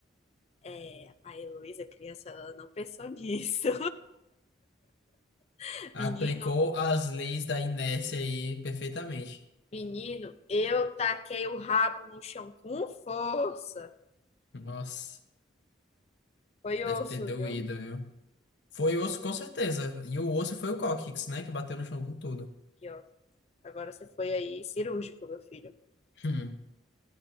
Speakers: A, on the left; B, on the left.
A: É, a Heloísa, criança, ela não pensou nisso. <laughs>
B: Aplicou
A: Menino,
B: as leis da inércia aí perfeitamente.
A: Menino, eu taquei o rabo no chão com força.
B: Nossa,
A: Foi
B: deve
A: osso,
B: ter doído,
A: viu?
B: viu? Foi osso, com certeza. E o osso foi o cóccix, né? Que bateu no chão com tudo.
A: Aqui, ó. Agora você foi aí cirúrgico, meu filho.
B: Hum.